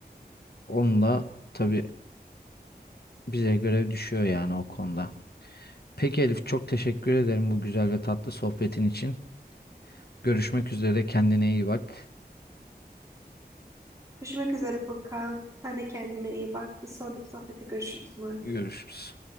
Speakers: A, on the left; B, on the right.
A: Onunla tabii bize görev düşüyor yani o konuda. Peki Elif çok teşekkür ederim bu güzel ve tatlı sohbetin için. Görüşmek üzere kendine iyi bak.
B: Görüşmek üzere Furkan. Sen de kendine iyi bak. Bir sonraki sohbete görüşürüz. umarım.
A: Görüşürüz.